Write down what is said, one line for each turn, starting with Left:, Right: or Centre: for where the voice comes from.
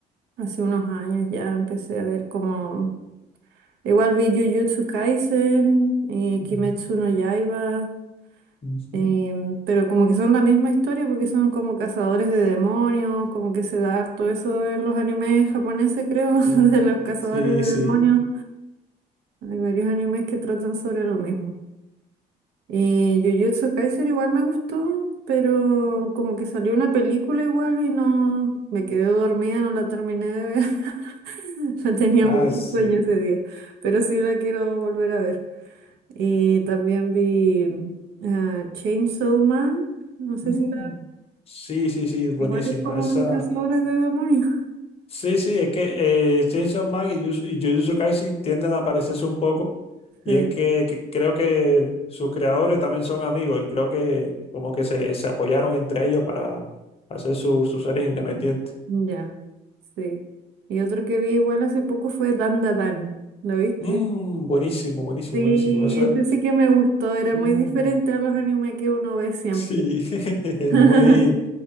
Right: hace unos años ya empecé a ver como... Igual vi Jujutsu Kaisen y
Left: mm,
Right: Kimetsu no Yaiba,
Left: ujú.
Right: Em, pero como que son la misma historia porque son como cazadores de demonios, como que se da harto eso en los animes japoneses, creo,
Left: Sí,
Right: <laughs> de los cazadores
Left: sí,
Right: de
Left: sí.
Right: demonios. Hay varios animes que tratan sobre lo mismo. Y Jujutsu Kaisen igual me gustó, pero como que salió una película igual y no me quedé dormida, no la terminé de ver. <laughs> No tenía
Left: Ah,
Right: mucho
Left: sí.
Right: sueño ese día, pero sí la quiero volver a ver. Y también vi ah, Chainsaw Man. No sé
Left: Mm.
Right: si
Left: Sí, sí, sí, buenísima.
Right: Igual es como
Left: Esa
Right: de cazadores de demonios.
Left: Sí, sí, es que eh, Chainsaw Man y Jujutsu y Jujutsu Kaisen tienden a parecerse un poco.
Right: Sí,
Left: Y es que, que creo que sus creadores también son amigos y creo que como que se, se apoyaron entre ellos para hacer su- sus series independientes.
Right: ya, sí. Y otro que vi igual hace poco fue Dan Da Dan. ¿Lo viste?
Left: Mm, buenísimo, buenísimo,
Right: Sí,
Left: buenísimo. Eso,
Right: ese sí que me gustó. Era
Left: mm,
Right: muy diferente a los animes que uno ve siempre.
Left: sí, <laughs>
Right: <laughs>
Left: muy,